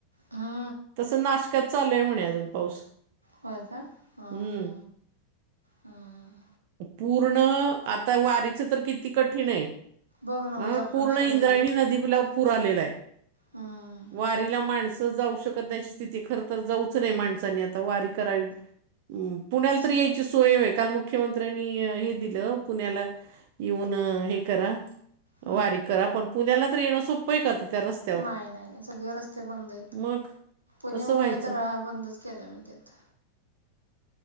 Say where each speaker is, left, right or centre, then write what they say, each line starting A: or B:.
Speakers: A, on the right (about 80°); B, on the right (about 50°).
A: हा.
B: <unintelligible> नाशिकात चालूय म्हणे, अजून पाऊस.
A: होय, का? हा
B: हम्म
A: हा हा.
B: पूर्ण आता वारीचं तर, किती कठीण आहे?
A: बघ ना
B: हा
A: उद्यापासून
B: पूर्ण
A: सुरू
B: इंद्रायणी
A: आहे
B: नदीला पूर आलेला आहे.
A: हा.
B: वारीला माणसं जाऊ शकत नाही, स्थिती खरं तर जाऊच नाही, माणसांनी आता वारी करावी. हम पुण्याला
A: कसं
B: तर यायची
A: करत
B: सोय ये होय. <unintelligible> मुख्यमंत्र्यांनी हे दिलं पुण्याला येऊन हे करा.
A: हम्म
B: वारी करा पण पुण्याला तर, येणं सोपं का त्या रस्त?
A: नाही नाही नाही सगळे रस्ते बंद आहेत.
B: मग
A: पुणे,
B: कसं
A: मुंबई
B: व्हायचं
A: तर, <unintelligible> बंदच केल्या म्हणत्यात.